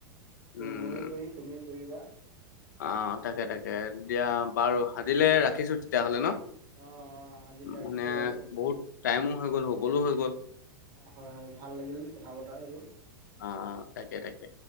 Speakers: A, on the left; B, on the right.
A: উম
B: কৰিম ময়ো কৰিম তুমিও কৰিবা।
A: অ তাকে তাকে দিয়া বাৰু আজিলে ৰাখিছো তেতিয়াহলে ন?
B: অঁ অঁ আজি ৰাখিছোঁ
A: মানে
B: বাৰু
A: বহুত টাইমো হৈ গ'ল শুবলো হৈ গ'ল।
B: অ হয় হয় ভাল লাগিল কথা পতা আৰু।
A: অ অ তাকে তাকে।